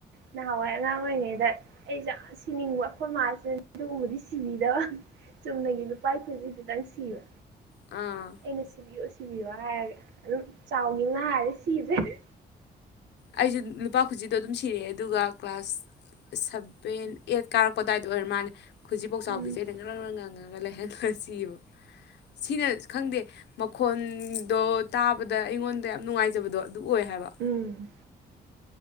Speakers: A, on the right; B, on the left.
A: ꯅꯍꯥꯟꯋꯥꯏ ꯑꯉꯥꯡ ꯑꯣꯏꯔꯤꯉꯩꯗ ꯑꯩꯖꯦ ꯌꯥꯝ ꯁꯤꯅꯤꯡꯕ ꯑꯩꯈꯣꯏ ꯃꯥꯁꯤꯅ ꯑꯗꯨꯒꯨꯝꯕꯗꯤ ꯁꯤꯕꯤꯗꯕ ꯆꯨꯝꯅꯒꯤ ꯅꯨꯄꯥꯏ ꯈꯨꯖꯤ ꯗꯨꯇꯪ ꯁꯤꯕ
B: ꯑꯥ
A: ꯑꯩꯅ ꯁꯤꯕꯤꯌꯣ ꯁꯤꯕꯤꯌꯣ ꯍꯥꯏꯔꯒ ꯑꯗꯨꯝ ꯆꯥꯎꯒꯤꯝꯅ ꯍꯥꯜꯂꯦ ꯁꯤꯗꯔꯦ
B: ꯑꯩꯁꯨ ꯂꯨꯄꯥ ꯈꯨꯖꯤꯗꯣ ꯑꯗꯨꯝ ꯁꯤꯔꯛꯑꯦ ꯑꯗꯨꯒ ꯀ꯭ꯂꯥꯁ ꯁꯚꯦꯟ ꯑꯥꯏꯠ ꯀꯥꯔꯛꯄ ꯑꯗꯨꯋꯥꯏꯗ ꯑꯣꯏꯔ ꯃꯥꯜꯂꯦ ꯈꯨꯖꯤꯐꯥꯎ ꯄꯣꯞꯆꯥꯎꯕꯤꯖꯦ
A: ꯎꯝ
B: ꯑꯩꯅ ꯉꯔꯪ ꯉꯔꯪ ꯉꯪꯉꯒ ꯂꯩꯍꯜꯂꯨꯔꯁꯤꯌꯦꯕ ꯁꯤꯅ ꯈꯪꯗꯦ ꯃꯈꯣꯟꯗꯣ ꯇꯥꯕꯗ ꯑꯩꯉꯣꯟꯗ ꯌꯥꯝ ꯅꯨꯡꯉꯥꯏꯖꯕꯗꯣ ꯑꯗꯨ ꯑꯣꯏ ꯍꯥꯏꯕ
A: ꯎꯝ